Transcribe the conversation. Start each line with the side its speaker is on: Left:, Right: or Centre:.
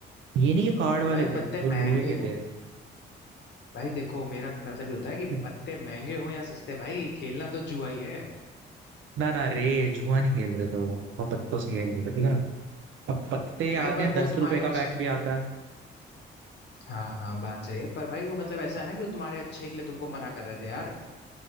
Right: ये नहीं कि कार्ड वाले
Left: भाई
Right: थे
Left: पत्ते
Right: वो लोहे
Left: महंगे
Right: के
Left: हो
Right: थे
Left: भाई देखो मेरा क्या- मतलब ये होता है कि
Right: <laughs>
Left: पत्ते महंगे हो या सस्ते भाई खेलना तो जुआ ही है
Right: ना ना रे जुआ नहीं खेल रहे थे वो वो पत्तों से खेल रहे थे ठीक है ना अब पत्ते
Left: भाई
Right: आते
Left: पर
Right: हैं
Left: वो
Right: दस
Left: तुम्हारे
Right: रुपए का
Left: अच्छे
Right: पैक भी आता
Left: हाँ हाँ बात सही है पर भाई वो मतलब ऐसा है ना कि वो तुम्हारे अच्छे के लिए तुमको मना कर रहे थे यार